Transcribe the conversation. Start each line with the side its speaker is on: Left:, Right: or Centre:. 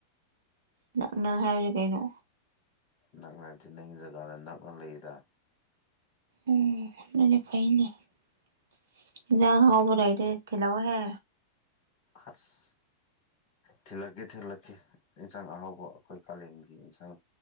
Right: ꯅꯪ ꯅꯪ ꯍꯥꯏꯅꯤ ꯀꯩꯅꯣ
Left: ꯅꯛꯅ ꯍꯥꯏꯗꯤ ꯅꯪꯒꯤ ꯖꯒꯥꯗ ꯅꯛꯅ ꯂꯩꯌꯦꯗ
Right: ꯎꯝ ꯐꯥꯏꯅꯦꯖ ꯍꯥꯎꯕꯔꯏꯗ ꯇꯤꯂ ꯍꯦ
Left: ꯑꯁ ꯊꯤꯜꯂꯛꯀꯦ ꯊꯤꯜꯂꯛꯀꯦ ꯌꯦꯟꯁꯥꯡ ꯑꯍꯥꯎꯕ ꯑꯩꯈꯣꯏ ꯀꯥꯂꯦꯟꯒꯤ ꯏꯟꯁꯥꯡ